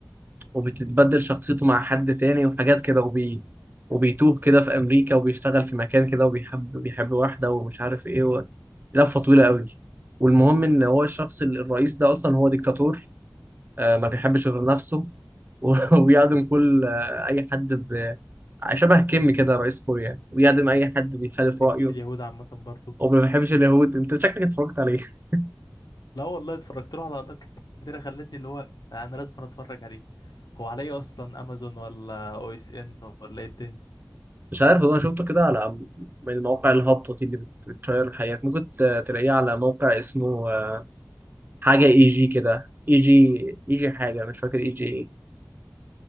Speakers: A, on the right; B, on the left.
A: وبتتبدل شخصيته مع حد تاني وحاجات كده وبي وبيتوه كده في أمريكا وبيشتغل في مكان كده وبيحب بيحب واحدة ومش عارف إيه و... لفة طويلة قوي والمهم إن هو الشخص ال- الرئيس ده أصلا هو ديكتاتور آه، ما بيحبش غير نفسه <laughs> و- ويعدم كل آه، أي حد ب... شبه كيم كده رئيس كوريا يعني، ويعدم أي حد بيخالف
B: ما بيحبش
A: رأيه
B: اليهود عامه برضه
A: وما بيحبش اليهود أنت شكلك اتفرجت عليه <laughs>
B: لا والله اتفرجت له على لقطات كتيره خلتني اللي هو انا لازم اتفرج عليه هو عليا اصلا امازون ولا او اس ان ولا ايه الدنيا
A: مش عارف والله أنا شفته كده على من مواقع الهبطة دي اللي بت- بتشير الحياة ممكن ت- تلاقيه على موقع اسمه آه، حاجة اي جي كده اي جي اي جي حاجة مش فاكر اي جي ايه